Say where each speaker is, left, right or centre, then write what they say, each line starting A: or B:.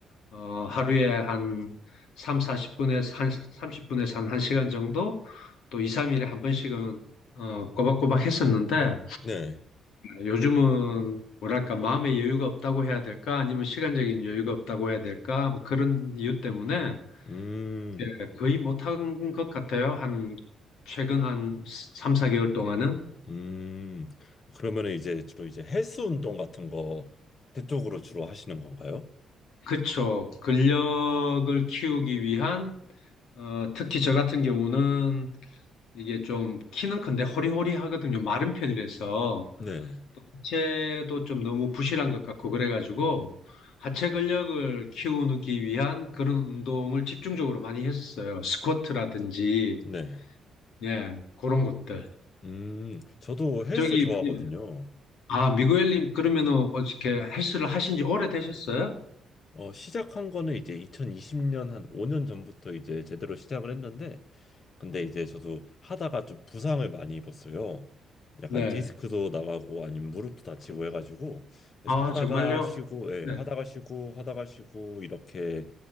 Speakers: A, on the left (about 80°); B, on the left (about 45°).
A: 어, 하루에 한 3, 사0분에서 한 삼십 분에서 한 1시간 정도 또 2, 3일에 한 번씩은 어, 꼬박꼬박 했었는데
B: 네.
A: 요즘은 뭐랄까 마음의 여유가 없다고 해야 될까 아니면 시간적인 여유가 없다고 해야 될까 뭐 그런 이유 때문에
B: 음,
A: 예, 거의 못한 것 같아요. 한 최근 한 3, 4개월 동안은
B: 음. 그러면 이제 주로 이제 헬스 운동 같은 거 그쪽으로 주로 하시는 건가요?
A: 그쵸. 근력을 키우기 위한 어, 특히 저 같은 경우는 이게 좀 키는 큰데 허리허리하거든요. 마른 편이라서
B: 네.
A: 또 하체도 좀 너무 부실한 것 같고 그래가지고 하체 근력을 키우기 위한 그런 운동을 집중적으로 많이 했었어요. 스쿼트라든지
B: 네.
A: 예 그런 것들.
B: 음, 저도 헬스
A: 저기
B: 좋아하거든요.
A: 예. 아 미구엘님 그러면은 어떻게 헬스를 하신 지 오래되셨어요?
B: 어, 시작한 거는 이제 2020년 한 5년 전부터 이제 제대로 시작을 했는데, 근데 이제 저도 하다가 좀 부상을 많이 입었어요. 약간
A: 네.
B: 디스크도 나가고 아니면 무릎도 다치고 해가지고, 그래서
A: 아
B: 하다가
A: 정말요?
B: 쉬고, 예,
A: 네.
B: 하다가 쉬고, 하다가 쉬고, 이렇게